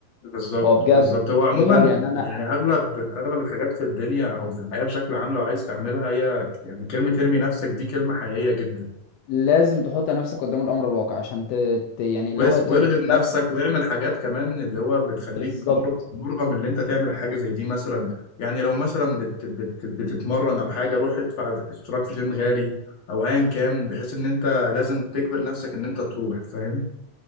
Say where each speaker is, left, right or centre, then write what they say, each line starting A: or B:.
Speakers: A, on the left; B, on the left.
A: بالظبط
B: هو بجد
A: بالظبط هو عموما
B: بجد يعني انا
A: يعني اغلب اغلب الحاجات في الدنيا او في الحياة بشكل عام لو عايز تعملها هي يعني كلمة ارمي نفسك دي كلمة حقيقية جدا
B: لازم تحط نفسك قدام الامر الواقع عشان ت... ت... يعني
A: وز-
B: اللي هو ت...
A: وارغم
B: ت...
A: نفسك واعمل حاجات كمان اللي هو بتخليك
B: بالظبط
A: مر- مرغم اللي انت تعمل حاجه زي دي مثلا يعني لو مثلا بت بت بتتمرن او حاجه روح ادفع اشتراك في جيم غالي او ايا كان بحيث ان انت لازم تجبر نفسك ان انت تروح فاهم